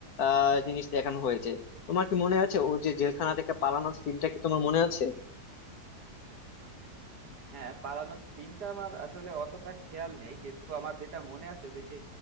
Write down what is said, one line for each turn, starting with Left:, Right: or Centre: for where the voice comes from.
Left: আহ জিনিস দেখানো হয়েছে তোমার কি মনে আছে ও যে জেলখানা থেকে পালানোর সিনটা কি তোমার মনে আছে
Right: হ্যাঁ পালানোর সিনটা আমার আসলে অতটা খেয়াল নেই কিন্তু আমার যেটা মনে আছে যে সে